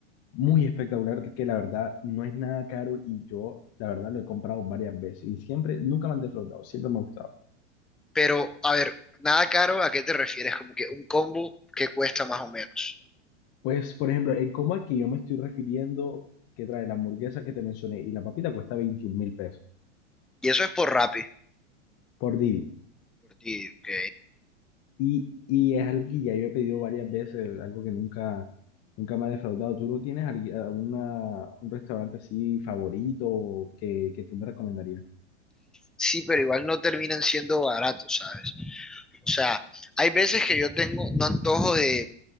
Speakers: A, on the left; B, in the centre.
A: muy espectacular que la verdad no es nada caro y yo la verdad lo he comprado varias veces y siempre, nunca me han defraudado, siempre me ha gustado.
B: Pero, a ver, nada caro, ¿a qué te refieres? Como que un combo que cuesta más o menos.
A: Pues, por ejemplo, el combo al que yo me estoy refiriendo, que trae la hamburguesa que te mencioné y la papita cuesta veintiún mil pesos
B: Y eso es por Rappi,
A: por Didi.
B: por ti, ¿ok?
A: Y, y es algo que ya yo he pedido varias veces, algo que nunca, nunca me ha defraudado. ¿Tú no tienes algui- alguna, un restaurante así favorito que, que tú me recomendarías?
B: Sí, pero igual no terminan siendo baratos, ¿sabes? O sea, hay veces que yo tengo un antojo de,